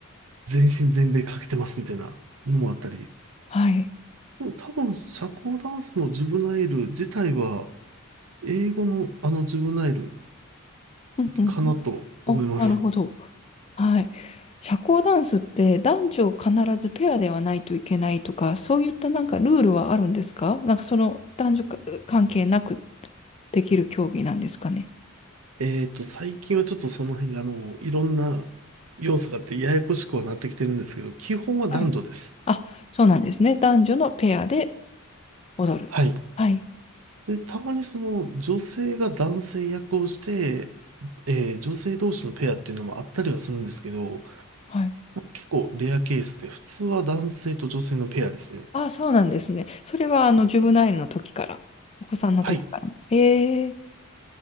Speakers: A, on the right; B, on the left.
A: 全身全霊かけてますみたいなのもあったり、
B: はい。
A: でも多分社交ダンスのジュブナイル自体は英語のあのジュブナイル
B: うんうん。
A: かなと思います。
B: あ、なるほど。はい。社交ダンスって男女必ずペアではないといけないとか、そういったなんかルールはあるんですかなんかその男女か関係なくできる競技なんですかね。
A: えっと、最近はちょっとその辺があの、いろんな要素があってややこしくはなってきてるんですけど、基本は男女です。
B: はい。あ、そうなんですね。男女のペアで踊る。
A: はい。
B: はい。
A: で、たまにその女性が男性役をして、えー女性同士のペアっていうのもあったりはするんですけど、
B: はい。
A: 結構レアケースで、普通は男性と女性のペアですね。
B: ああ、そうなんですね。それは、あの、ジュブナイルの時から、お子さんの時からも。
A: はい。
B: ええ、